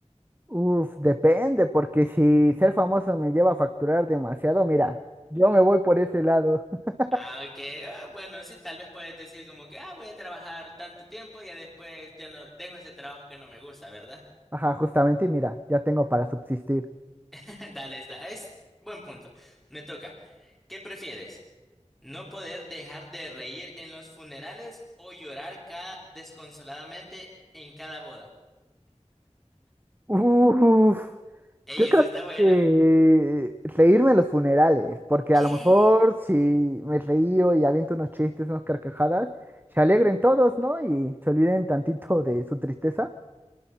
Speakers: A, on the right (about 15°); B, in the centre.
A: Uf, depende, porque si ser famoso me lleva a facturar demasiado, mira, yo me voy por ese lado. <laughs>
B: Ah, ok, ah, bueno, sí, tal vez puedes decir como que, ah, voy a trabajar tanto tiempo y ya después ya no dejo ese trabajo que no me gusta, ¿verdad?
A: Ajá, justamente, y mira, ya tengo para subsistir.
B: <laughs> Dale, es, da- es buen punto. Me toca. ¿Qué prefieres? ¿No poder dejar de reír en los funerales o llorar ca- desconsoladamente en cada boda?
A: Uf.
B: Ey,
A: Yo creo
B: esa está buena.
A: que reírme en los funerales, porque
B: ¿Qué?
A: a lo mejor si me reío y aviento unos chistes, unas carcajadas, se alegren todos, ¿no? Y se olviden tantito de su tristeza.